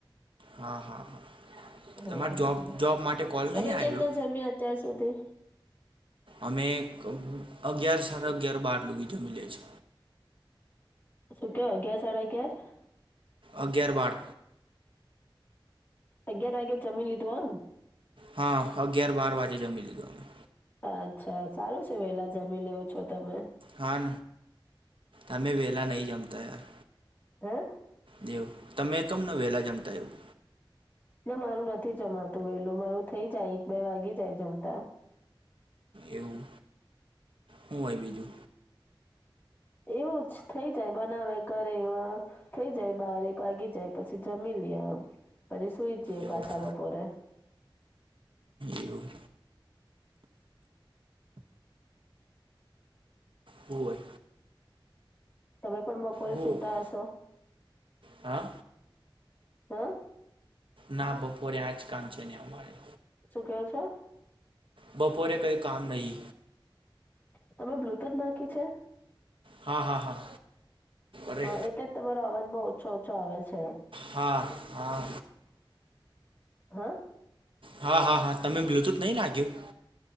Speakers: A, on the right; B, on the left.
A: હા હા હા
B: હમ
A: તમારે
B: હમ
A: જોબ જોબ માટે કોલ
B: તમે
A: નહીં આવ્યો
B: કેમ ના જમ્યા અત્યાર સુધી?
A: અમે અગિયાર સાડા અગિયાર બાર લોકોગી જમી લે છે.
B: શું ક અગિયાર સાડા અગિયાર?
A: અગિયાર બાર
B: અગિયાર વાગ્યે જમીન લીધું એમ?
A: હા અગિયાર બાર વાગે જમી લી ગયો અમે.
B: અચ્છા સારું છે વેલા જમી લેવું છો તમે.
A: હા અમે વેલા નહી જમતા યાર.
B: હમ?
A: દેવ તમે તુમ નું વેલા જમતાયું
B: ના મારું નથી જમાતું વેલું મારું થઈ જાય એક બે વાગી જાય જમતા.
A: એવું. હું હોય બીજું?
B: એવું જ થઈ જાય બનાવે કરેવ થઈ જાય બારેક વાગી જાય પછી જમી લે આમ પછી સુઈ જ જઈએ
A: એવું
B: પાછા બપોરે.
A: એવું હું હોય?
B: તમે તમે બપોરે
A: હું
B: સુતા હસો?
A: હા
B: હૈ?
A: ના બપોરે આજ કામ છે ને અમારે.
B: શું કો છો?
A: બપોરે કઈ કામ નહી.
B: તમે બ્લુટૂથ નાખી છે?
A: હા હા હા. અરે
B: હા, એટલે જ તમારો અવાજ બઉ ઓછો ઓછો આવે છે.
A: હા હા
B: હ?
A: હા હા હા તમે બ્લુટુથ નહી નાગીયું?